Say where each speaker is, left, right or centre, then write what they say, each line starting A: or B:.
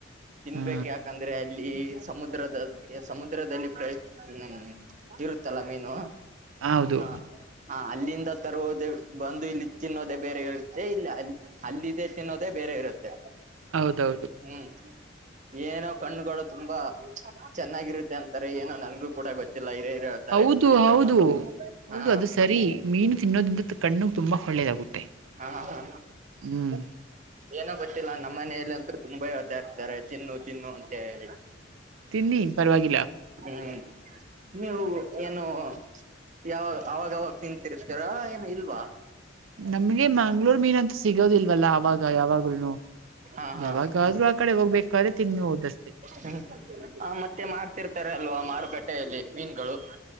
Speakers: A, on the right (about 40°); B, on the right (about 85°).
A: ತಿನ್ಬೇಕು
B: ಹಾ
A: ಯಾಕಂದ್ರೆ ಅಲ್ಲಿ ಇಲ್ಲಿ ಸಮುದ್ರದ ಸಮುದ್ರದಲ್ಲಿ ಪ್ರ ಹ್ಮ ಇರುತ್ತಲ್ಲ ಮೀನು ಹ
B: ಹೌದು
A: ಹಾ ಅಲ್ಲಿಂದ ತರ್ ಹೋದೇ ಬಂದು ಇಲ್ಲಿ ತಿನ್ನೋದೇ ಬೇರೆ ಇರುತ್ತೆ ಇಲ್ಲಿ ಅ ಅಲ್ಲದೆೇ ತಿನ್ನೋದೇ ಬೇರೆ ಇರುತ್ತೆ
B: ಹೌದೌದು
A: ಹ್ಮ್ ಏನೋ ಕಣ್ಣುಗಳು ತುಂಬಾ ಚೆನ್ನಾಗಿರುತ್ತೆ ಅಂತಾರೆ ಏನೋ ನನ್ಗೂ ಕೂಡ ಗೊತ್ತಿಲ್ಲ ಹಿರೇ ಹಿರ ಹೇಳ್ತಾರೆ
B: ಹೌದು
A: ತಿನ್ಬೇಕಂತ
B: ಹೌದು ಹೌದು
A: ಹಾ
B: ಅದು ಸರಿ ಮೀನು ತಿನ್ನೋದ್ರಿಂದ ಕಣ್ಣ ತುಂಬಾ ಒಳ್ಳೇದಾಗುತ್ತೆ
A: ಹಾ ಹಾ ಹಾ
B: ಹ್ಮ್
A: ಏನೋ ಗೊತಿಲ್ಲ ನಮ್ಮ ಮನೆಯಲ್ಲಿ ಅಂತೂ ತುಂಬಾ ಹೊತ ಇರ್ತಾರೆ ತಿನ್ನು ತಿನ್ನು ಅಂತ ಹೇಳಿ....
B: ತಿನ್ನಿ ಪರವಾಗಿಲ್ಲ...
A: ಹ್ಮ್ ನೀವು ಏನೋ.. ಯಾವ ಅವಾಗಾವಾಗ ತಿಂತರ್ತಾರ ಏನ ಇಲ್ವಾ...
B: ನಮ್ಗೆ ಮಂಗ್ಳೂರು.... ಮೀನ್ ಅಂತ ಸಿಗೋದಿಲ್ವಲ್ಲ ಅವಾಗ ಯಾವಾಗನು
A: ಹಾ ಹಾ
B: ಯಾವಾಗಾದ್ರೂ ಆ ಕಡೆ ಹೋಗ್ಬೇಕಾದ್ರೆ ತಿನ್ನೋದು. ದಸ್ತೆ
A: ಹ್ಮ ಆ ಮತ್ತೆ ಮಾರ್ತಿರ್ತಾರ ಅಲ್ವಾ ಮಾರುಕಟ್ಟೆಯಲ್ಲಿ ಮೀನುಗಳು...